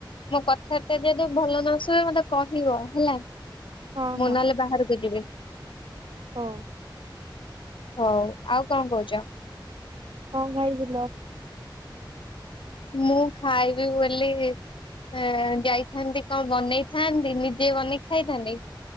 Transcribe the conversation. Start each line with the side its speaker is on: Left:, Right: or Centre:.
Left: କ କଥା ବାର୍ତ୍ତା ଯଦି ଭଲ ନସୁବ ମତେ କହିବ ହେଲା। ମୁଁ
Right: ହଁ ହଁ
Left: ନହେଲେ ବାହାରକୁ ଯିବି।
Right: ହଉ।
Left: ହଉ ଆଉ କଁ କୋହୁଚ?
Right: କଁ ଖାଇଥିଲ?
Left: ମୁଁ ଖାଇବି ବୋଲି ଏଁ ଯାଇଥାନ୍ତି କଣ ବନେଇଥାନ୍ତି, ନିଜେ ବନେଇ ଖାଇଥାନ୍ତି।